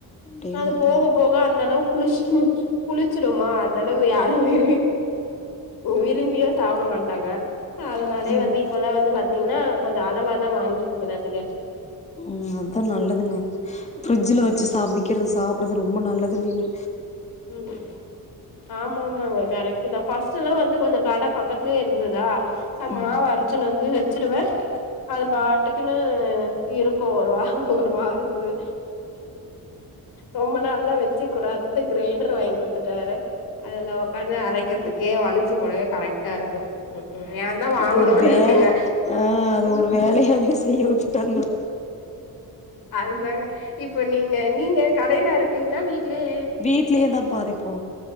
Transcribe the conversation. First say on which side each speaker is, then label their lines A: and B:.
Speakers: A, on the left (about 20°); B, on the left (about 90°).
A: அடேங்கப்பா
B: அது போக போக அந்தளவுக் <unintelligible> புளிச்சுடுமா அதனால யாரோ வி விரும்பியே சாப்டமாட் அதா அதனாலேயே
A: ம்
B: வந்து இப்பல்லா வந்து மத் இப்பல்லா கொஞ்சோ அளவாதா வாங்கிக்கிறதுங்க
A: ம் அதா நல்லதுங்க ஃப்ரிட்ஜுல
B: ம்
A: வெச்சு சமைக்குறது சாப்புட்றது ரொ ம்ப நல்லதுல்லீனு
B: ம் ஆமா ஆமாங்க கரெக்ட் கண்டிப்பா ஃபர்ஸ்ட்டுலா வந்து கொஞ்சோ கட பக்கத்துலேயே இருந்துதா நா மாவ
A: ம்
B: அரச்சு ன்னு வந்து வெச்சிடுவ அது பாட்டுக்குன்னு இருக்கோ ஒரு வாரோ ஒரு வாரோ இது ரொம்ப நாள்லா வெச்சுக்கக்கூடாதுன்னு கிரைண்டர் வாங்கி குடுத்துட்டாரு அதுல ஒக்காந்து அரைக்கறதுக் கே வலிச்சு போடவே கரெக்டா இருக்கு ம் ம் ஏ தா வாங்குனோன்னு
A: அது ஒரு வேலை
B: இருக்குங்க
A: ஆ அது ஒரு வேலையாவே செய்ய விட்டுட்டாங்களா
B: அதுதாங்க இப்ப நீங்க நீங்க கடையில அரைப்பீங்களா வீட்லயே
A: வீட்லேயே தாப்பா அரைப்போ